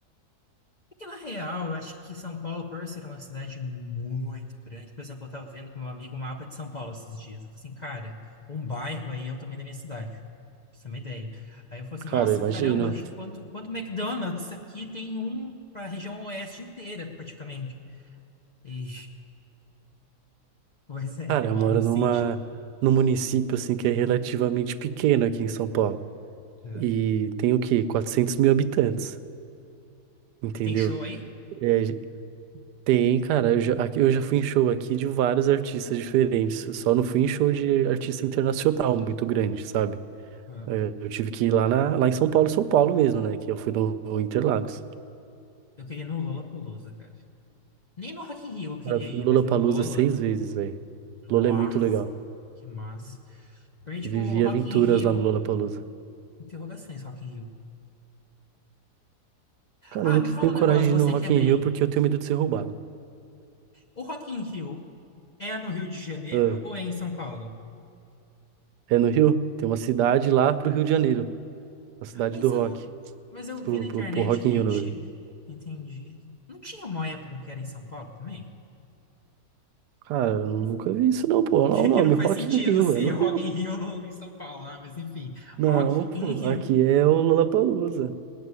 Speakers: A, on the left (about 45°); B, on the right (about 80°).
A: É que, na real, eu acho que São Paulo, por ser uma cidade muito grande, por exemplo, eu estava vendo com meu amigo o mapa de São Paulo esses dias. Eu falei assim, cara, um bairro aí é o tamanho da minha cidade, pra você ter uma ideia. Aí eu falei assim,
B: Cara,
A: nossa,
B: eu imagino.
A: caramba, quanto, quanto McDonald's aqui tem um para a região oeste inteira, praticamente. E, <laughs> pois é,
B: Cara,
A: eu
B: eu
A: moro
B: moro
A: no sítio.
B: numa, num município assim que é relativamente pequeno aqui em São Paulo.
A: É.
B: E tem o quê? Quatrocentos mil habitantes, entendeu?
A: E tem show aí?
B: É, Tem, cara, eu já, aqui- eu já fui em show aqui de vários artistas diferentes. eu Só não fui em show de artista internacional muito grande, sabe?
A: É.
B: É, Eu tive que ir lá, na, lá em São Paulo, São Paulo mesmo, né? Que eu fui no, no Interlagos.
A: Eu queria ir no Lollapalooza, cara. Nem no Rock in Rio eu queria
B: Cara, eu fui
A: ir,
B: no Lollapalooza
A: mas no Lola,
B: seis vezes, velho.
A: nossa,
B: Lola é muito legal.
A: que massa. Porque, tipo,
B: Vivi
A: o Rock
B: aventuras
A: in Rio.
B: lá no Lollapalooza.
A: Interrogações, Rock in Rio.
B: Cara,
A: Ah,
B: eu não
A: me
B: tenho
A: fala um negócio,
B: coragem de
A: você
B: ir no Rock
A: que é daí.
B: in Rio porque eu tenho medo de ser roubado.
A: O Rock in Rio é no Rio de Janeiro
B: Ah,
A: ou é em São Paulo?
B: é no Rio? Tem uma cidade lá pro Rio de Janeiro. A cidade
A: Mas
B: do rock.
A: eu não, mas eu vi
B: Pro,
A: na internet
B: pro, pro Rock
A: que
B: in Rio, na
A: tinha,
B: verdade.
A: entendi. Não tinha uma época que era em São Paulo também?
B: Cara, eu nunca
A: Não-
B: vi isso não, pô. Olha
A: <laughs>
B: o nome,
A: que não faz
B: Rock
A: sentido
B: in Rio,
A: ser
B: é no
A: Rock
B: Rio.
A: in Rio no, em São Paulo, né? Mas enfim,
B: Não,
A: Rock
B: pô,
A: in Rio.
B: aqui é o Lollapalooza.